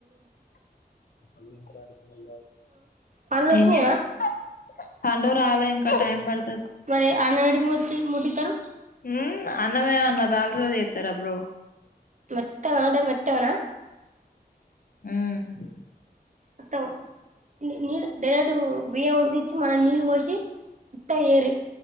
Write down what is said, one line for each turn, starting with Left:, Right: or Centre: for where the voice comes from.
Left: ప త
Right: పండ్లు వచ్చినాయా
Left: ఎ <unintelligible> పండు రాలె ఇంకా టైమ్ పడుద్
Right: సరే అన్నవడ్డీ మూర్తి మూటికరు
Left: హు అన్నం ఏమేన్నా రాళ్ళుతో చేత్తార బ్రో
Right: మెత్తగా అంటే మెత్తగనా
Left: మ్
Right: మొత్తం నీళ్ డైరెక్ట్ బియ్యం ఉడికిచ్చి మనం నీళ్ళు పోసి త్తయేరి